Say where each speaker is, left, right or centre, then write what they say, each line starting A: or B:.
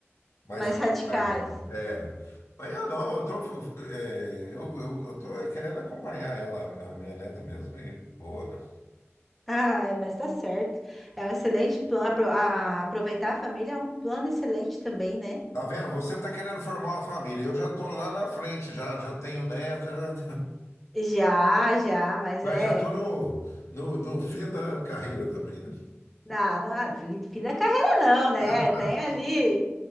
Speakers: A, on the left (about 85°); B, in the centre.
A: Mais
B: mais
A: atrás,
B: radicais.
A: né? É. Mas eu não, eu tô, é, eu, eu, eu tô querendo acompanhar ela, a minha neta mesmo, e boa, né?
B: Ah, mas tá certo. É um excelente plano. Aproveitar a família é um plano excelente também, né?
A: Tá vendo? Você tá querendo formar uma família. Eu já tô lá na frente, já, já tenho neto, já-
B: Já, já,
A: <laughs>
B: mas
A: mas
B: é.
A: já tô no, no, no fim da carreira também, né?
B: Nada, nada, fim fim da carreira não, né?
A: <laughs>
B: Tem ali.